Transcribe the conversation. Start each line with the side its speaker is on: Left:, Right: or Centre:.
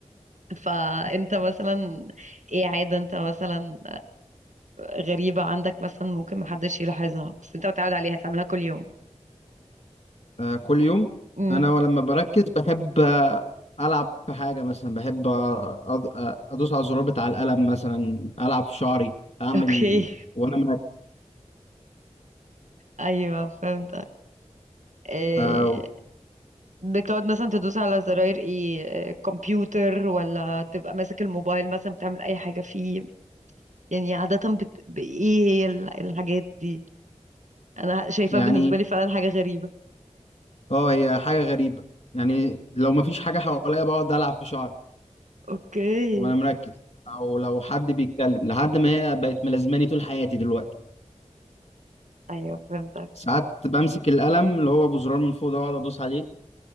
Right: فانت مثلا ايه عادة انت مثلا غريبة عندك مثلا ممكن محدش يلاحظها بس انت متعود عليها تعملها كل يوم
Left: آه، كل يوم
Right: امم
Left: انا ولما بركز بحب آه، العب في حاجه مثلا بحب آه، أض- آه، ادوس على الزرار بتاع القلم مثلا العب في شعري اعمل
Right: اوكي
Left: وانا مركز
Right: ايوه فهمت إيه
Left: آه،
Right: بتقعد مثلا تدوس على زراير ايه آه، كمبيوتر ولا تبقى ماسك الموبايل مثلا بتعمل اي حاجة فيه يعني عادة بت... بايه هي ال- الحاجات دي انا شايفاه
Left: يعني
Right: بالنسبة لي فعلا حاجة غريبة
Left: اه هي حاجه غريبه يعني لو مفيش حاجه حواليا بقعد العب في شعري
Right: اوكي
Left: وانا مركز او لو حد بيتكلم لحد ما هي بقت ملازماني طول حياتي دلوقتي
Right: ايوه فهمتك
Left: ساعات بمسك القلم اللي هو ابو زرار من فوق ده واقعد ادوس عليه